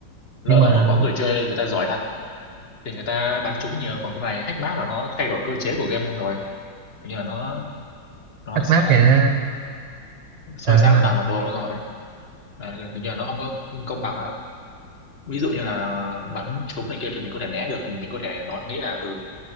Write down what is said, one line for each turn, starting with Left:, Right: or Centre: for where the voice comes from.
Left: lỡ
Right: nhưng mà
Left: mà có người chơi người ta giỏi thật thì người ta bắn trúng nhiều còn cái này hack map là nó thay đổi cơ chế của game luôn rồi kiểu như là nó nó
Right: hack
Left: sẽ
Right: map thì nó
Left: soi
Right: à
Left: sáng toàn bản đồ luôn rồi là kiểu như là nó không có công bằng á ví dụ như là bắn trúng này kia thì mình có thể né được mình có thể nói nghĩ là ừ